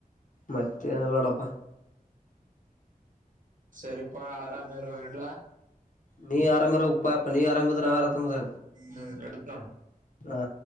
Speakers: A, on the left; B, on the right.
A: ಮತ್ತೆ ಏನೆಲ್ಲ ನಡಪ್ಪ
B: ಸರಿಪ್ಪಾ ಆರಾಮೇರ ಹೇಳಡ್ಲ
A: ನೀ ಆರಾಮರ ಉಪ್ಪಾ ಅಪ್ಪ ನೀ ಆರಾಮ್ದ್ರ ಆರಾಮ ಹತ್ತಂಬ
B: ಹ್ಮ್ ಇಡ್ತ್ ನೋಡ
A: ಹ